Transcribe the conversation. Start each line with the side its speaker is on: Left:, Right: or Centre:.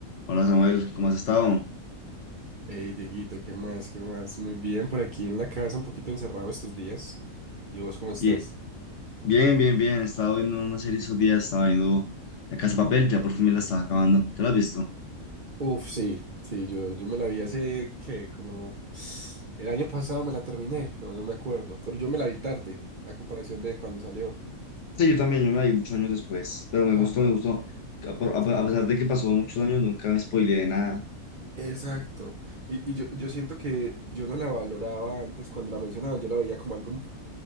Left: Hola Samuel, ¿cómo has estado?
Right: Hey, Dieguito, ¿qué más? ¿Qué más? Muy bien, por aquí en la casa, un poquito encerrado estos días. ¿Y vos cómo estás?
Left: Ye- Bien, bien, bien. He estado viendo una serie esos días, estaba viendo La Casa de Papel, ya por fin me la estaba acabando. ¿Te la has visto?
Right: Uf, sí, sí, yo, yo me la vi hace que como el año pasado me la terminé, no, no me acuerdo, pero yo me la vi tarde, a comparación de cuando salió.
Left: Sí, yo también, yo me la vi muchos años después, pero me gustó,
Right: Ajá,
Left: me gustó. A, por- a
Right: sí,
Left: pe- a pesar de que pasó muchos años, nunca me spoileé de nada.
Right: exacto. Y, y yo, yo siento que yo no la valoraba antes cuando la mencionaban, yo la veía como algo